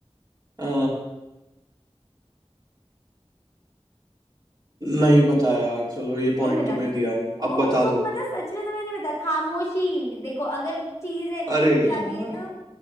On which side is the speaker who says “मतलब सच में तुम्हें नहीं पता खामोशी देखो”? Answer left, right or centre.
Left